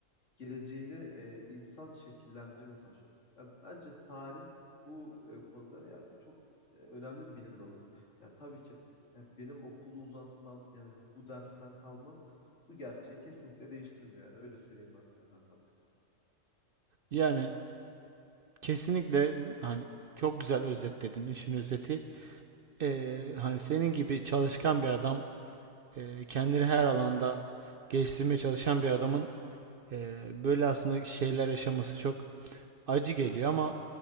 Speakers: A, on the left (about 65°); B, on the right (about 55°).
A: geleceğini e, insan şekillendirmeye çalışıyor. Ya bence tarih bu e, konuda ya çok e, önemli bir bilim dalıdır. Yani tabii ki ya benim okulu uzatmam yani bu dersten kalmam bu gerçeği kesinlikle değiştirmiyor yani öyle söyleyeyim ben sana kankam ya.
B: Yani kesinlikle m, hani çok güzel özetledin işin özeti. Ee, hani senin gibi çalışkan bir adam, e, kendini her alanda geliştirmeye çalışan bir adamın e, böyle aslında şeyler yaşaması çok acı geliyor ama